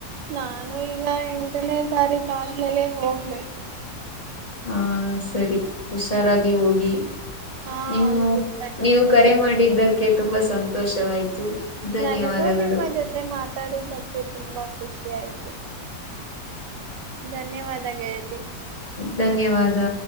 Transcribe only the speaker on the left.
ಹಾ ಸರಿ ಹುಷಾರಾಗಿ ಹೋಗಿ.
ನೀವು
ನೀವು ಕರೆ ಮಾಡಿದ್ದಕ್ಕೆ ತುಂಬಾ ಸಂತೋಷವಾಯ್ತು. ಧನ್ಯವಾದಗಳು
ಧನ್ಯವಾದ